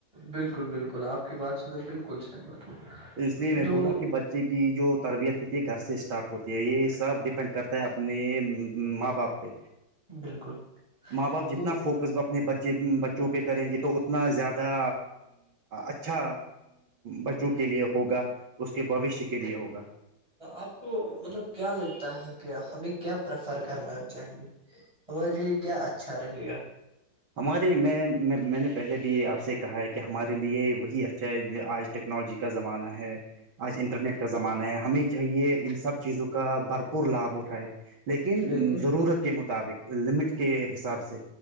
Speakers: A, on the right; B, on the right.
A: بالکل بالکل آپ کی بات سے میں بالکل سہمت ہوں
B: اس لیے میں
A: تو
B: بول رہا ہوں کہ بچے کی جو تربیت ہوتی ہے گھر سے اسٹارٹ ہوتی ہے یہ سب ڈیپینڈ کرتا ہے اپنے ماں باپ پہ
A: بالکل
B: ماں باپ جتنا
A: تو
B: فوک قصب اپنے بچے بچوں پہ کریں گے تو اتنا زیادہ اچھا بچوں کے لیے ہوگا اس کے بوشیہ کے لیے ہوگا
A: آپ کو مطلب کیا لگتا ہے کہ ہمیں کیا پریفر کرنا چاہیے ہمارے لیے کیا اچھا رہے گا
B: ہمارے میں میں نے پہلے بھی آپ سے کہا ہے کہ ہمارے لیے وہی اچھا آج ٹیکنالوجی کا زمانہ ہے آج انٹرنیٹ کا زمانہ ہے ہمیں چاہیے ان سب چیزوں کا بھرپور لابھ اٹھائے لیکن
A: بالکل
B: ضرورت کے مطابق لمٹ کے حساب سے